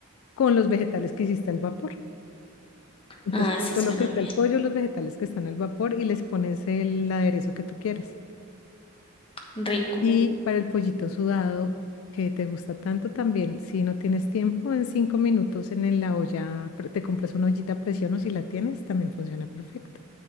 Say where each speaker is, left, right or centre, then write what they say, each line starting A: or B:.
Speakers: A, on the left; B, on the left.
A: con los vegetales que hiciste al vapor. Entonces,
B: Ah, sí,
A: eso
B: suena
A: es lo que está
B: bien.
A: el pollo, los vegetales que están al vapor y les pones el aderezo que tú quieras.
B: Rico.
A: Y para el pollito sudado, que te gusta tanto también, si no tienes tiempo, en cinco minutos en el- la olla, pre- te compras una ollita a presión o si la tienes, también funciona perfecto.